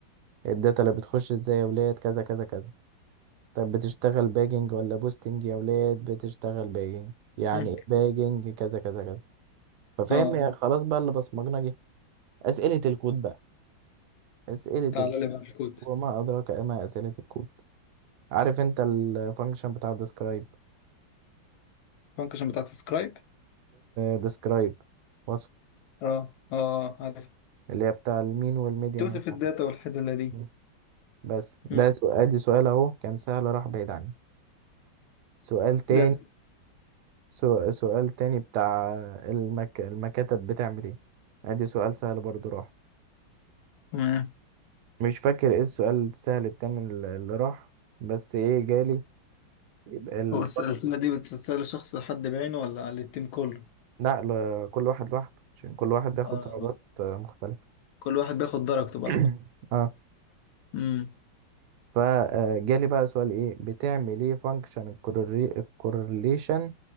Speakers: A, on the right; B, on the left.
A: الداتا اللي بتخش ازاي يا ولاد كذا كذا كذا طب بتشتغل باجنج ولا بوستنج يا ولاد بتشتغل باجنج يعني
B: <laughs> مم.
A: ايه باجنج كذا كذا كذا ففاهم
B: اه
A: يا- خلاص بقى اللي بصمجنا جه أسئلة الكود بقى أسئلة
B: تعالى
A: الكود
B: لي بقى في الكود
A: وما أدراك ما أسئلة الكود عارف انت الفانكشن بتاع ديسكرايب
B: الفانكشن بتاعت سكرايب
A: ديسكرايب وصف
B: اه اه عارف
A: اللي هي بتاع المين والميديان
B: توصف
A: والمش
B: الداتا
A: عارف
B: والحدله دي
A: إيه. بس
B: مم.
A: ده سؤال دي سؤال اهو كان سهل راح بعيد عني سؤال تاني
B: ده
A: سو- سؤال تاني بتاع المك... المكاتب بتعمل ايه ادي سؤال سهل برضو راح
B: تمام
A: مش فاكر ايه السؤال السهل التاني اللي اللي راح بس ايه جالي يبقى الفرق
B: هو الس- الرساله دي بتتسال لشخص حد بعينه ولا على التيم كله
A: لا ل- كل واحد لوحده عشان كل واحد بياخد
B: اه
A: درجات آه، مختلفة
B: كل واحد بياخد درجته بقى
A: <clears throat> اه
B: امم
A: فجالي بقى سؤال ايه بتعمل ايه فانكشن الكورليشن